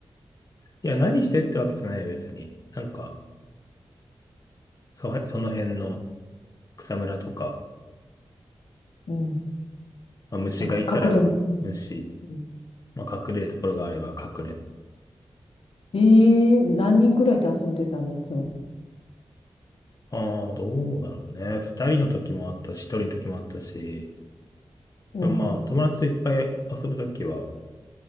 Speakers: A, on the left; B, on the left.
A: いや、何してってわけじゃないよ、別に。なんか、そ、その辺の草むらとか、
B: うん。
A: まあ、虫がいたら、
B: なんか、かくれんぼ。うん
A: 虫。
B: うん
A: まあ、隠れるところがあれば隠れ。
B: ええ何人ぐらいで遊んでたのいつも。
A: ああ、どうだろうね。二人の時もあったし、一人の時もあったし、
B: うん。
A: でもまあ、友達といっぱい遊ぶ時は、